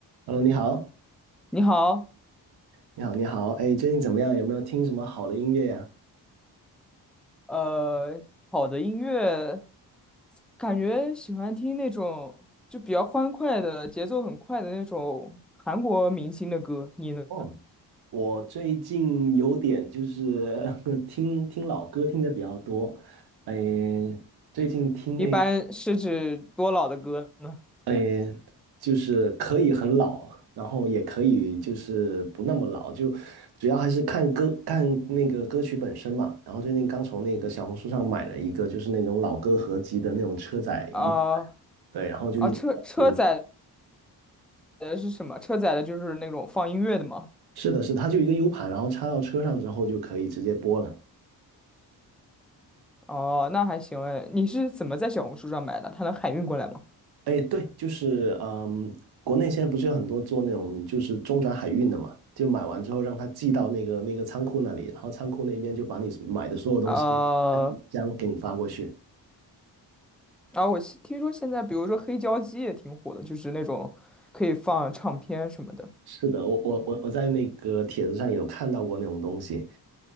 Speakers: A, on the right; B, in the centre.
A: Hello，你好，
B: 你好，
A: 你好，你好，哎，最近怎么样？有没有听什么好的音乐呀？
B: 呃，好的音乐，感觉喜欢听那种就比较欢快的，节奏很快的那种韩国明星的歌。你呢？
A: 哦，我最近有点就是 <laughs> 听听老歌听的比较多，哎，最近听那个，
B: 一般是指多老的歌呢？
A: 哎，就是可以很老，然后也可以就是不那么老，就主要还是看歌看那个歌曲本身嘛。然后最近刚从那个小红书上买了一个就是那种老歌合集的那种车载音，
B: 啊
A: 对，然后就一直在听
B: 啊，车车载的是什么？车载的就是那种放音乐的吗？
A: 是的，是的它就一个 U 盘，然后插到车上之后就可以直接播了。
B: 哦，那还行哎。你是怎么在小红书上买的？它能海运过来吗？
A: 哎，对，就是嗯，国内现在不是有很多做那种就是中转海运的嘛，就买完之后让他寄到那个那个仓库那里，然后仓库那边就把你买的所有东西按箱给你发过去。
B: 呃，啊，我现听说现在比如说黑胶机也挺火的，就是那种可以放唱片什么的。
A: 是的，我我我我在那个帖子上有看到过那种东西，